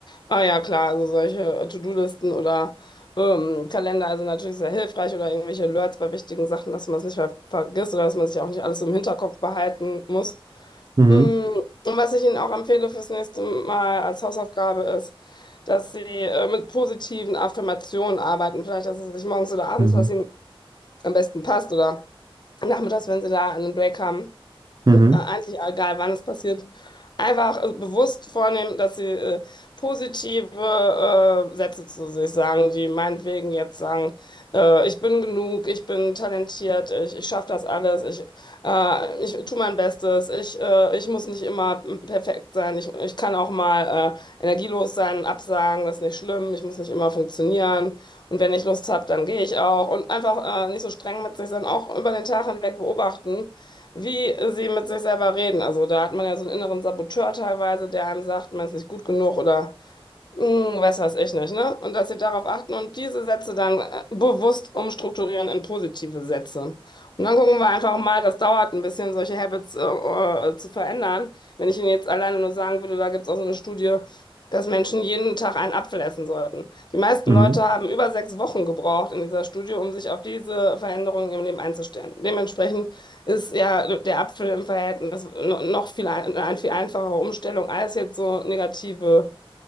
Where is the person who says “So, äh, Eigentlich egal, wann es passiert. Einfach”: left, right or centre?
Left